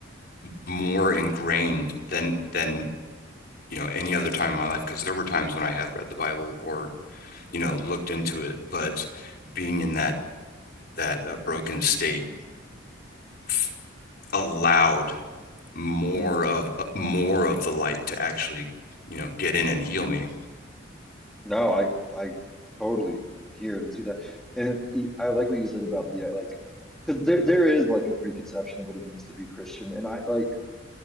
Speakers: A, on the left; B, in the centre.
A: more ingrained than than you know any other time in my life because there were times when I had read the Bible or you know looked into it, but being in that that uh, broken state f- allowed more
B: hmm
A: of uh, more of the light to actually you know get in and heal me
B: No, I I totally hear and see that, and y- I like what you said about the uh, like, because there there is like a preconception of what it means to be Christian, and I like